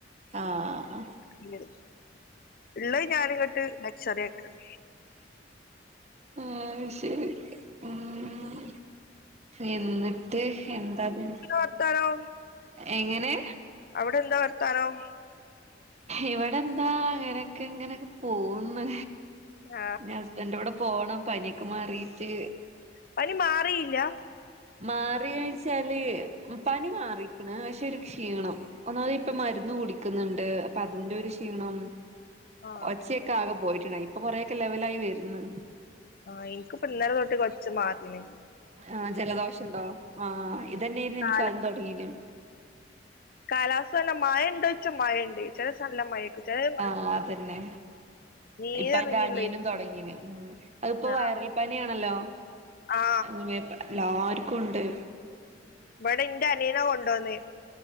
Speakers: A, on the right (about 35°); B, on the left (about 50°).
A: ആഹ് അത്
B: ഇ ള്ള ഞാനങ്ങോട്ട് ലക്ഷറിആക്കെണ്
A: ഉം ശരി ഉം എന്നിട്ട് എന്താപിന്നെ
B: വർത്താനം
A: എങ്ങനെ?
B: അവിടെ എന്താ വർത്താനം
A: ഇവിടെ എന്താ അങ്ങനൊക്കെ ഇങ്ങനൊക്കെ പോവുന്നെ
B: ആ
A: ഹസ്ബൻഡൂടെ പോണം പനിയൊക്കെ മാറിട്ട്
B: പനി മാറിയില്ല
A: മാറിയഴച്ചാല് പനി മാറിക്കണ് പക്ഷെ ഒരു ക്ഷീണം ഒന്നാമത് ഇപ്പ മരുന്ന് കുടിക്കുന്നുണ്ട് അപ്പൊ അതിന്റെ ഒരു ക്ഷീണം
B: ആ
A: ഒച്ചയൊക്കെ ആകെ പോയിട്ടുണ്ടായിനിഇപ്പൊ കൊറൊക്കെ ലെവലായി വരുന്നു
B: ആഹഹ് എനിക്കിപ്പ ഇന്നലെ തൊട്ട ച്ച മറീന്ന്
A: ആ ജലദോഷം ഉണ്ടോ ആ ഇതനെയ ആരുന്നു
B: കാല
A: നിക്ക് ആദ്യ തുടങ്ങീന
B: കാലാവസ്ഥ തന്നെ മഴ ഉണ്ടോയ്ച്ച മഴുണ്ട്. ചെലേസം നല്ല മഴേയ്കും ചെലെ സമ
A: ആതന്നെ
B: നീരെറങ്ങില്ലേ
A: ഇപ്പ എന്റെ അനിയനും തുടങ്ങീന് ഉം അതിപ്പോ
B: ആ
A: വയറൽ പനിയണല്ലോ
B: ആ
A: അങ്ങ എല്ലാർക്കും ഉണ്ട്.
B: ഇവിടെ ഇന്റെ അനിയന കൊണ്ടുവന്നേ?